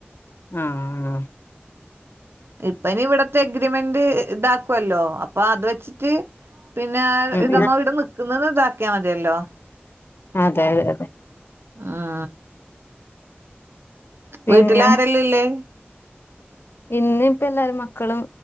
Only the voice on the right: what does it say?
ഇപ്പനി ഇവിടത്തെ എ ഗ്രിമെന്റ് ഇതാക്കുവല്ലോ അപ്പൊ അത് വെച്ചിട്ട്. പിന്നെ
ഇടമ്മ ഇവിട് നക്കുന്നത് ഇതാക്കിയാ മതിയല്ലോ.
ആഹ.
വീട്ടിൽ ആരല്ല ഇല്ലേ.